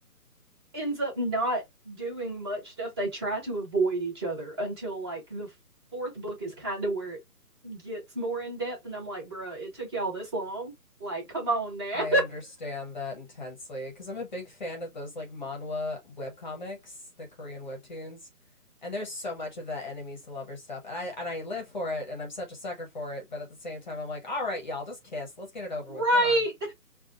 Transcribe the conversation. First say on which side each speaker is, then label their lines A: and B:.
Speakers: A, on the right (about 15°); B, on the left (about 30°).
A: ends up not doing much stuff. They try to avoid each other until like the fourth book is kind of where it gets more in depth. And I'm like, bruh, it took y'all this long. Like, come on now.
B: I understand that intensely because I'm a big fan of those like manhwa webcomics, the Korean webtoons. And there's so much of that enemies to lovers stuff. And I and I live for it and I'm such a sucker for it, but at the same time I'm like, all right, y'all, just kiss. Let's get it over
A: <laughs> right.
B: with. Come on.